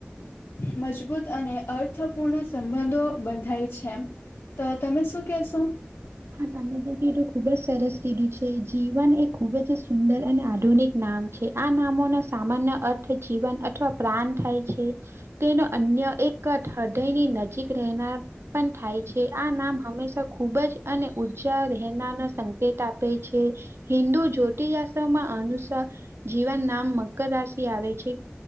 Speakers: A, on the left (about 85°); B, on the right (about 80°).
A: મજબૂત અને અર્થપૂર્ણ સંબંધો બંધાય છે તો તમે શું કેશો
B: હા તમે જે કીધું ખુબ જ સરસ લીધું છે જીવન એ ખુબ જ સુંદર અને આધુનિક નામ જે આ નામોના સામાન્ય અર્થ જીવન અથવા પ્રાણ થાય છે તેનો અન્ય એક હૃદયની નજીક રહેનાર પણ થાય છે આ નામ હંમેશા ખુબ જ અને ઉર્જા રહેના ન સંકેત આપે છે હિન્દુ જ્યોતિસ્માં અનુસાર જીવન નામ મકર રાશિ આવે છે